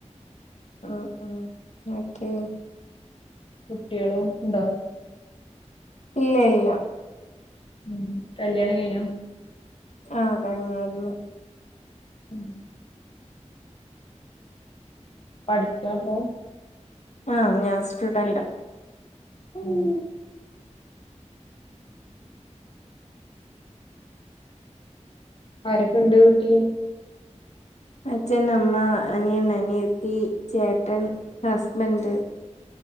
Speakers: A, on the left; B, on the left.
A: ഉ ഉ ഓക്കേ
B: കുട്ടികളും ഉണ്ടോ
A: ഇല്ല ഇല്ല
B: ഉം കല്യാണം കഴിഞ്ഞോ
A: ആഹ കഴിഞ്ഞരുന്നു
B: ഉം പഠിക്കാപോ
A: ആഹ ഞാൻ സ്റ്റുഡന്റ്
B: ഉം ആരൊക്കെ ഇണ്ട് വീട്ടിലും
A: അച്ഛൻ അമ്മ അനിയൻ അനിയത്തി ചേട്ടൻ ഹസ്ബൻഡ